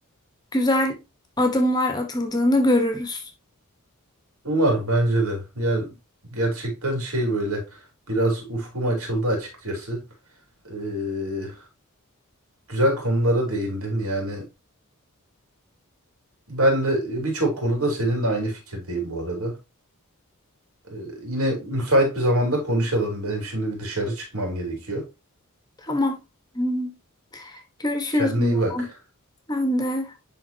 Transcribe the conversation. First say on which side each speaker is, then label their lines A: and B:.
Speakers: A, on the left; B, on the right.
A: güzel adımlar atıldığını görürüz.
B: Umarım bence de. Yani gerçekten şey böyle biraz ufkum açıldı açıkçası. Ee, güzel konulara değindim. Yani ben de e, birçok konuda seninle aynı fikirdeyim bu arada. Ee, yine müsait bir zamanda konuşalım. Benim şimdi bir dışarı çıkmam gerekiyor.
A: Tamam. Hmm. Görüşürüz.
B: Kendine
A: o
B: iyi bak.
A: zaman. Ben de.